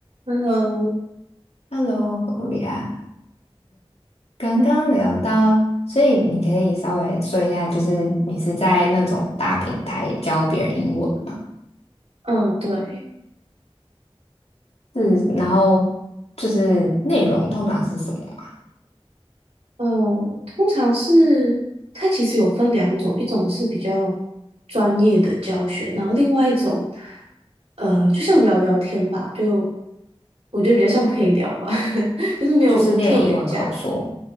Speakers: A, on the right (about 85°); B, on the left (about 85°).
A: Hello，
B: Hello, g o r i a 刚刚聊到，所以你可以稍微说一下，就是你是在那种大平台教别人英文吗？
A: 嗯，对，
B: 是，然后就是内容通常是什么啊
A: 嗯，通常是它其实有分两种，一种是比较专业的教学，然后另外一种，呃，就像聊聊天吧，就我觉得比较像陪聊吧，<laughs> 就是没有特别加，
B: 就是练英文口说吗。